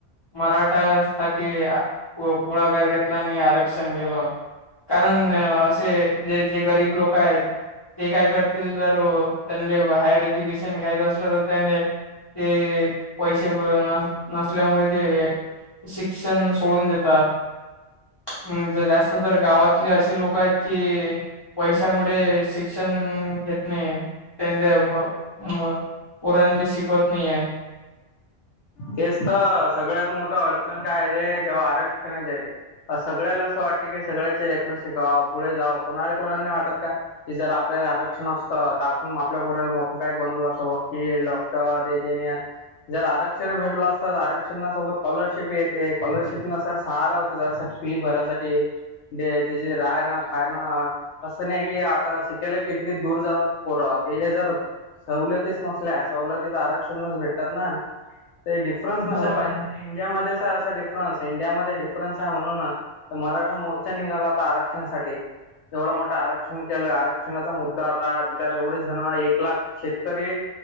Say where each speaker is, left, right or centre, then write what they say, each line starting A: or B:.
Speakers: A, on the left; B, on the left.
A: मराठा साठी पुढाकार घेतला आणि आरक्षण केलं कारण असे जे जे गरीब लोक आहेत ते काय करतील जर त्यांले हायर एज्युकेशन घ्यायचं तर त्याने ते पैसे नसल्यामुळे ते शिक्षण सोडून देतात हू जास्त तर गावातली अशी लोक आहेत की पैशामुळे शिक्षण घेत नाहीयेत त्यामुळ मग पोरांले शिकवत नाहीये
B: तेच तर सगळ्यात मोठा अडचण का येते जेव्हा आरक्षणच येते सगळ्याला असं वाटतते की सगळ्याचे लेकर शिकाव पुढे जाव कोणाले कोणाले नाही वाटत का जर आपल्याला आरक्षण असतं तर आपण आपल्या पोराला मोठं काय बनवलं असतं वकील डॉक्टर इंजिनिअर जर आरक्षण भेटलं असत तर आरक्षणा सोबत स्कॉलरशिप येते स्कॉलरशिप सारा होत जर फी भरायसाठी ते तीचे राहण खान असं नाही की आता शिकायला किती किती दूर जावं पोर कायले जर सवलतीच नसल्या सवलती तर आरक्षणच भेटतात ना ते डिफरन्स नसायला
A: हा
B: पाहिजे इंडियामध्येच असं डिफरन्स अस इंडियामध्ये डिफरन्स हाय म्हणूनच तर मराठा मोर्चा निघाला होता आरक्षणसाठी एवढं मोठं आरक्षण केलं आरक्षणाचा मुद्दा होता त्याच्यावर एवढे जण एक लाख शेतकरी